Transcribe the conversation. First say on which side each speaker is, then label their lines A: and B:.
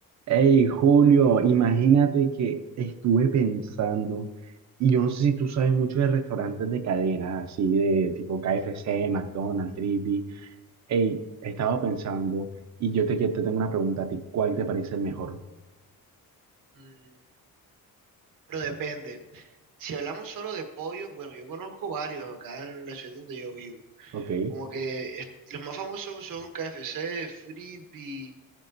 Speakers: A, on the right; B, on the right.
A: Hey Julio, imagínate que estuve pensando, y yo no sé si tú sabes mucho de restaurantes de cadenas, así de tipo KFC, McDonald's, Frisby. Hey, estaba pensando, y yo te, quie- te tengo una pregunta a ti, ¿cuál te parece el mejor?
B: Mm, Pero depende. Si hablamos solo de pollo, bueno, yo conozco varios acá en la ciudad donde yo vivo.
A: Ok,
B: Como que es- los más famosos son KFC, Frisbee,